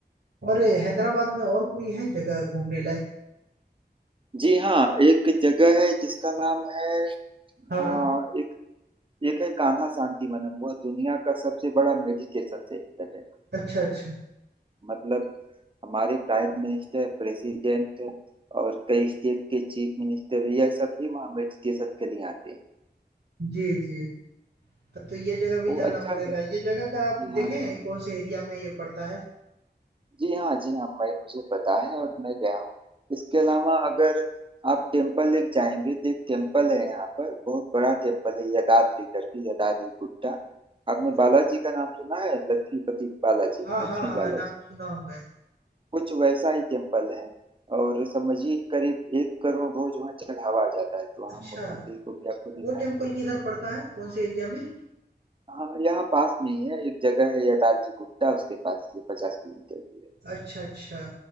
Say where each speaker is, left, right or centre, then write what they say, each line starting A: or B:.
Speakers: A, on the right; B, on the right.
A: और ये हैदराबाद में और कोई है जगह घूमने लायक
B: जी हाँ एक जगह है जिसका नाम है
A: हाँ
B: हाँ एक एक है कान्हा शांति वनम वह दुनिया का सबसे बड़ा मेडिटेशन सेंटर है
A: अच्छा अच्छा
B: मतलब हमारे प्राइम मिनिस्टर प्रेसिडेंट और कई स्टेट के चीफ मिनिस्टर यह सब भी वहाँ मेडिटेशन के लिए आते हैं
A: जी जी तब तो ये जगह भी
B: वो
A: जाना
B: अच्छा
A: पड़ेगा
B: मैं-
A: ये जगह का आप
B: जी हाँ
A: देखें कौन से एरिया में ये पड़ता है
B: जी हाँ जी हाँ मैं मुझे पता है और मैं गया हूँ इसके अलावा अगर आप टेम्पल लेक जाएंगे तो एक टेम्पल है यहाँ पर बहुत बड़ा टेम्पल है यदाद्री करके यदाद्री गुट्टा आपने
A: अच्छा
B: बालाजी का नाम सुना है लक्ष्मीपति बालाजी
A: हाँ
B: लक्ष्मी
A: हाँ हाँ
B: बालाजी
A: नाम सुना हूँ मैं
B: कुछ वैसा ही टेम्पल है और समझिए करीब एक करोड़ रोज वहाँ चढ़ावा जाता है तो
A: अच्छा
B: हम उस मंदिर को भी आपको दिखाएंगे
A: वो टेम्पल किधर पड़ता है कौन से एरिया में
B: हाँ यहाँ पास में ही है एक जगह है यदाद्री गुप्ता उसके पास ये पचास किलोमीटर दूर है
A: अच्छा अच्छा